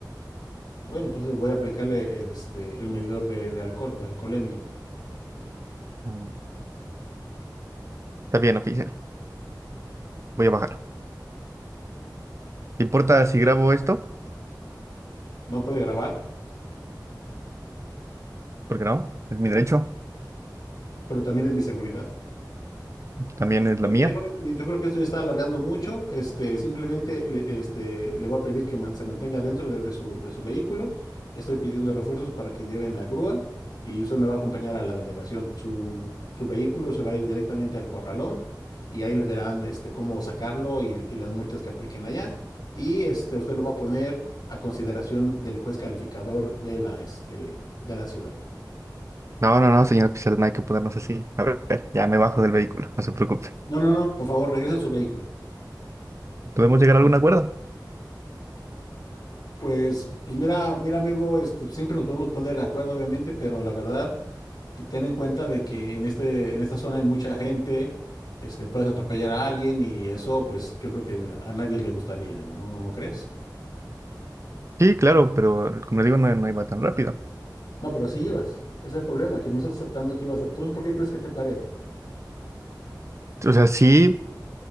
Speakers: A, on the left; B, on the right.
A: Bueno, entonces voy a aplicarle el, este, el medidor de, de alcohol, de alcoholemia.
B: Mm, Está bien, oficial. Voy a bajar. ¿Importa si grabo esto?
A: No puede grabar,
B: Porque no, es mi derecho.
A: pero también es mi seguridad.
B: También es
A: Bien,
B: la mía.
A: Mire, joven, eh, yo creo que esto ya está alargando mucho. Este, simplemente le, este, le voy a pedir que man- se mantenga dentro de, de su, de su vehículo. Estoy pidiendo refuerzos para que lleven la grúa y usted me va a acompañar a la delegación. Su, su vehículo se va a ir directamente al corralón y ahí le darán este, cómo sacarlo y, y las multas que apliquen allá. Y este, usted lo va a poner a consideración del juez calificador de la, este, de la ciudad.
B: No, no, no, señor oficial, no hay que ponernos así. A ver, ya me bajo del vehículo, no se preocupe.
A: No, no, no, por favor, regrese a su vehículo.
B: ¿Podemos llegar a algún acuerdo?
A: Pues, pues mira, mira, amigo, este, siempre nos podemos poner de acuerdo, obviamente, pero la verdad, te- ten en cuenta de que en este, en esta zona hay mucha gente, este, puedes atropellar a alguien y eso, pues, yo creo que a nadie le gustaría, ¿no? ¿No, no crees?
B: Sí, claro, pero como le digo, no, no iba tan rápido.
A: No, pero sí ibas. Ese Es el problema, que no estás aceptando que ibas a... Entonces, ¿por qué crees que te paré?
B: O sea, sí.